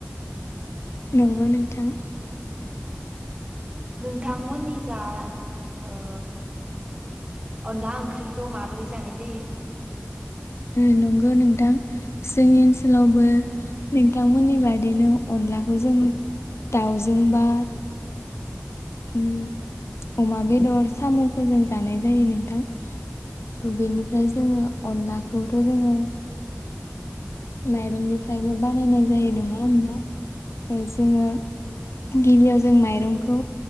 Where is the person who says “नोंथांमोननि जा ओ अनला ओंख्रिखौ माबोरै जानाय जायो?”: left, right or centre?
Right